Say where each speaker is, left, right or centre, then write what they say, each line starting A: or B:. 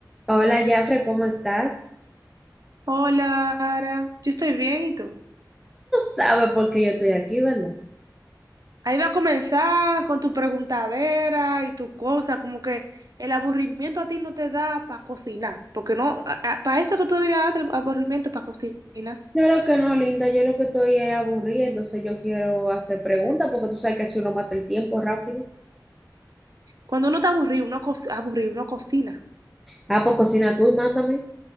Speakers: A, in the centre; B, on the right.
A: Hola, Jafre, ¿cómo estás?
B: Hola, Ara. Yo estoy bien, ¿y tú?
A: ¿Sabe por qué yo estoy aquí, verdad?
B: Ahí va a comenzar con tu preguntadera y tu cosa, como que el aburrimiento a ti no te da para cocinar, porque no, para eso que tú deberías darte el aburrimiento para cocinar.
A: Claro que no, linda, yo lo que estoy es aburrida, entonces yo quiero hacer preguntas porque tú sabes que si uno mata el tiempo rápido.
B: Cuando uno está aburrido, uno co- aburrido, uno cocina,
A: Ah, pues cocina tú y mándame.